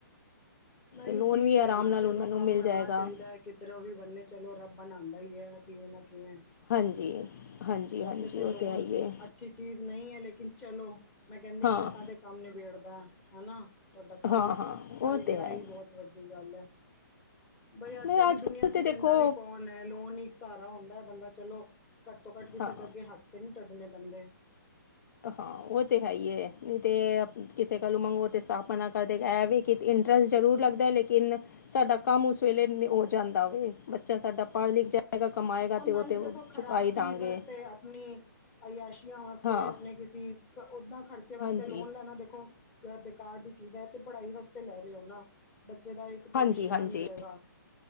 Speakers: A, on the left; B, on the left.
A: ਨਹੀਂ
B: ਲੋਨ
A: ਠੀਕ
B: ਵੀ ਆਰਾਮ
A: ਹੈ ਨਾ
B: ਨਾਲ
A: ਚਲੋ
B: ਹੁਣ ਮੈਨੂੰ
A: ਕੰਮ
B: ਮਿਲ
A: ਬਣਨਾ
B: ਜਾਏਗਾ
A: ਚਾਹੀਦਾ। ਕਿੱਧਰੋਂ ਵੀ ਬੰਨੇ ਚਲੋ ਰੱਬ ਬਣਉਂਦਾ ਹੀ ਹੈ ਕਿਵੇਂ ਨਾ ਕਿਵੇਂ।
B: ਹਾਂਜੀ- ਹਾਂਜੀ
A: ਵੈਸੇ
B: -ਹਾਂਜੀ ਉਹ
A: ਲੋਨ
B: ਤਾਂ ਆਈਏ।
A: ਅੱਛੀ ਚੀਜ਼ ਨਹੀਂ ਹੈ ਲੇਕਿਨ ਚਲੋ ਮੈਂ ਕਹਿੰਦੀ
B: ਹਾਂ
A: ਬਹੁਤਾ ਦੇ ਕੰਮ ਨਿਬੇੜਦਾ ਹਨਾ। ਤੁਹਾਡਾ ਕੰਮ
B: ਹਾਂ ਹਾਂ
A: ਚੱਲ
B: ਉਹ
A: ਗਿਆ।
B: ਤੇ ਹੈ
A: ਇਹ ਬਹੁਤ ਵੱਡੀ ਗੱਲ ਹੈ ਬਈ ਅੱਜ
B: ਨਹੀਂ
A: ਕੱਲ ਦੀ ਦੁਨੀਆਂ
B: ਕੱਲ੍ਹ
A: ਚ'
B: ਤਾਂ ਦੇਖੋ
A: ਦਿੰਦਾ ਵੀ ਕੌਣ। ਲੋਨ ਹੀ ਇੱਕ ਸਾਰਾ ਹੁੰਦਾ ਬੰਦਾ ਚਲੋ, ਘੱਟ ਤੋਂ ਘੱਟ ਕਿਸੇ
B: ਹਾਂ
A: ਦੇ ਅੱਗੇ ਹੱਥ ਤੇ ਨੀ ਟੱਟਨੇ ਪੈਂਦੇ।
B: ਹਾਂ, ਉਹ ਤੇ ਹੈ ਹੀ ਨਹੀਂ ਤੇ ਕਿਸੇ ਕੱਲੋਂ ਮੰਗੋ ਤੇ ਸਥ ਮਨਾ ਕਰਦੇ ਕਿ ਇੰਟਰਸਟ ਜ਼ਰੂਰ ਲੱਗਦਾ ਲੇਕਿਨ ਸਾਡਾ ਕੰਮ ਉਸ ਵੇਲੇ ਹੋ। ਜਾਂਦਾ ਹੋਵੇ। ਬੱਚਾ ਸਾਡਾ ਪੜ੍ਹ -ਲਿਖ ਜਾਏਗਾ, ਕਮਾਏਗਾ ਅਤੇ
A: ਔਰ ਨਾਲੇ
B: ਉਹ ਤਾਂ
A: ਦੇਖੋ ਖਰਾਬ
B: ਚੁਕਾਈ
A: ਚੀਜ਼
B: ਦਾਂਗੇ।
A: ਵਾਸਤੇ ਆਪਣੀ ਅਯਾਸ਼ੀਆਂ ਵਾਸਤੇ,
B: ਹਾਂ
A: ਆਪਣੇ ਕਿਸੇ ਓਦਾਂ ਖ਼ਰਚੇ ਵਾਸਤੇ
B: ਹਾਂਜੀ
A: ਲੋਨ ਲੈਣਾ ਦੇਖੋ। ਅ ਬੇਕਾਰ ਦੀ ਚੀਜ਼ ਹੈ ਤੇ ਪੜ੍ਹਾਈ ਵਾਸਤੇ ਲੈ ਰਹੇ ਹੋ ਨਾ। ਬੱਚੇ ਦਾ ਇੱਕ ਭਵਿਸ਼
B: ਹਾਂਜੀ ਹਾਂਜੀ
A: ਬਣ ਜਾਏਗਾ।